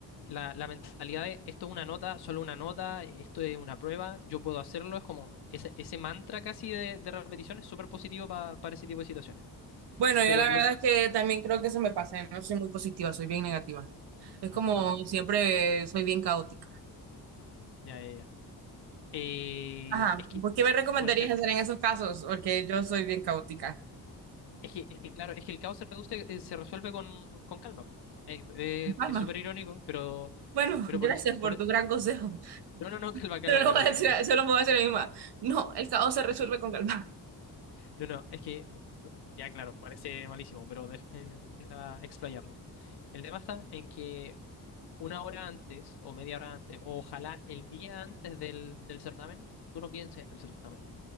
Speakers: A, on the left; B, on the right.
A: la, la mentalidad de esto es una nota, solo una nota, esto es una prueba, yo puedo hacerlo. Es como ese, ese mantra casi de, de repetición es súper positivo pa- para ese tipo de situaciones.
B: Bueno, yo
A: Pero
B: la
A: lo
B: verdad
A: de-
B: es que también creo que se me pasa, ¿eh? no soy muy positiva, soy bien negativa. Es como
A: ah,
B: siempre soy bien caótica.
A: ya, ya, ya. Eh,
B: Ajá,
A: es que,
B: ¿por qué me recomendarías
A: por ejemplo,
B: hacer en esos casos? Porque yo soy bien caótica.
A: es que, es que, claro, es que el caos se reduce, eh, se resuelve con, con calma. Eh, eh,
B: Palma.
A: es súper irónico, pero,
B: Bueno,
A: pero
B: gracias
A: por eso,
B: por
A: por e-
B: tu gran consejo.
A: no, no, no,
B: <laughs>
A: calma, calma,
B: Solo lo
A: no,
B: voy a
A: no.
B: decir, solo me voy a decir a mi mamá. No, el caos se resuelve con calma. <laughs>
A: No, no, es que, ya claro, parece malísimo, pero de- <laughs> deja explayarlo. El tema está en que una hora antes o media hora antes, o ojalá el día antes del, del certamen, tú no pienses en el certamen.